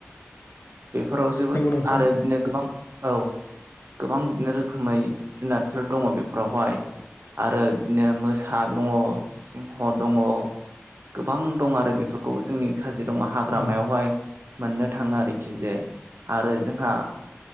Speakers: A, on the right; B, on the left.
A: बेफोराव जोबोद
B: नंगौ नोंथां
A: आरो बिदिनो गोबां औ गोबां बिदिनो <unintelligible> जुनादफोर दंङ बेफोरावहाय आरो बिदिनो सा दङ सिंह दङ गोबां दं आरो बेफोरखौ जोंनि काजिरङा
B: उम
A: हाग्रामायावहाय मोननो थाङो आरोखि जे आरो जोंहा